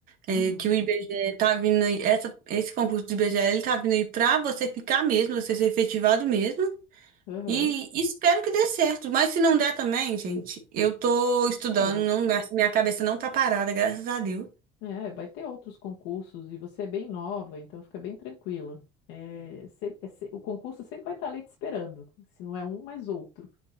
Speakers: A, on the right (about 55°); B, on the left (about 75°).
A: é,
B: uhum,
A: que o IBGE tá vindo aí, essa, esse concurso do IBGE, ele tá vindo aí pra você ficar mesmo, você ser efetivado mesmo.
B: aham,
A: E espero que dê certo. Mas se não der também, gente, eu tô estudando,
B: Tem outro.
A: não, minha cabeça não tá parada, graças a Deus.
B: É, vai ter outros concursos e você é bem nova, então fica bem tranquila. É, se- é se- o concurso sempre vai estar ali te esperando, se não é um, mais outro.